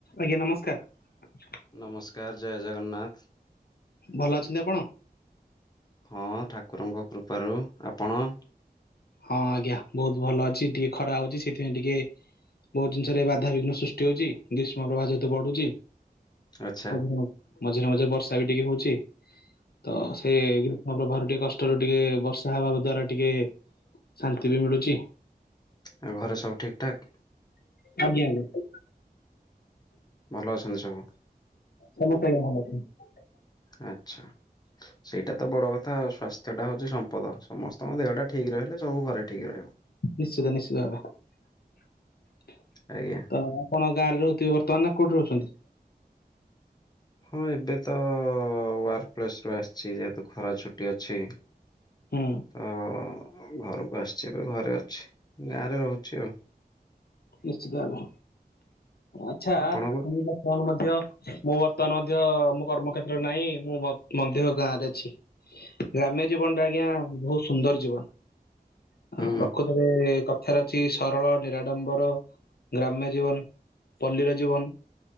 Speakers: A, on the left; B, on the left.
A: ଆଜ୍ଞା ନମସ୍କାର।
B: ନମସ୍କାର ଜୟ ଜଗନ୍ନାଥ।
A: ଭଲ ଅଛନ୍ତି ଆପଣ?
B: ହଁ ଠାକୁରଙ୍କ କୃପାରୁ। ଆପଣ?
A: ହଁ ଆଜ୍ଞା ବହୁତ ଭଲ ଅଛି। ଟିକେ ଖରା ହଉଚି ସେଥିପାଇଁ ଟିକେ ବହୁତ ଜିନିଷରେ ବାଧାବିଘ୍ନ ସୃଷ୍ଟି ହଉଚି, ଗ୍ରୀଷ୍ମ ପ୍ରବାହ ଯେତେ ବଢୁଚି।
B: ଆଚ୍ଛା
A: ଆଜ୍ଞା ହଁ। ମଝିରେ ମଝିରେ ବର୍ଷା ବି ଟିକେ ହଉଛି। ତ ସେ। <inaudible> ଟିକେ କଷ୍ଟରୁ ଟିକେ ବର୍ଷା ହବାବ ଦ୍ଵାରା ଟିକେ ଶାନ୍ତି ବି ମିଳୁଛି।
B: ଆଉ ଘରେ ସବୁ ଠିକଠାକ୍।
A: ଆଜ୍ଞା ଆଜ୍ଞା।
B: ଭଲ ଅଛନ୍ତି ସବୁ।
A: ସମସ୍ତେ ଆଜ୍ଞା ଭଲ ଅଛନ୍ତି।
B: ଆ। ଆଚ୍ଛା। ସେଇଟା ତ ବଡ କଥା ଆଉ ସ୍ୱାସ୍ଥ୍ୟ ଟା ହଉଛି ସମ୍ପଦ ସମସ୍ ତମ ଦେହ ଟା ଠିକ ରହିଲେ ସବୁ ଘରେ ଠିକ ରହିବ।
A: ନିଶ୍ଚିତ ନିଶ୍ଚିତ ଭାବେ।
B: ଆଜ୍ଞା
A: ତ ଆପଣ ଗାଁରେ ରହୁଥିବେ ବର୍ତ୍ତମାନ ନା କୋଉଠି ରହୁଛନ୍ତି।
B: ହଁ ଏବେ ତ ୱାର୍କ ପ୍ଲେସ ରୁ ଆସିଛି ଯେହେତୁ ଖରା ଛୁଟି ଅଛି।
A: ହୁଁ।
B: ତ ଘରକୁ ଆସିଛି ଏବେ ଘରେ ଅଛି ଗାଁରେ ରହୁଛି ଆଉ।
A: ନିଶ୍ଚିତ ଭାବେ ଆଚ୍ଛା <unintelligible>
B: ଆପଣଙ୍କୁ
A: ମଧ୍ୟ ମୁଁ ବର୍ତ୍ତମାନ ମଧ୍ୟ ମୋ କର୍ମ କ୍ଷେତ୍ର ରେ ନାହିଁ ମୁଁ ମ୍ ମଧ୍ୟ ଗାଁ ରେ ଅଛି। ଗ୍ରାମ୍ୟ ଜୀବନ ଟା ଆଜ୍ଞା ବହୁତ ସୁନ୍ଦର। ଜୀବନ। ଆ
B: ହୁଁ
A: ପ୍ରକୃତରେ କଥାରେ। <inaudible> ସରଳ ନିରାଡମ୍ବ ର ଗ୍ରାମ୍ୟ ଜୀବନି ପଲ୍ଲୀର ଜୀବନ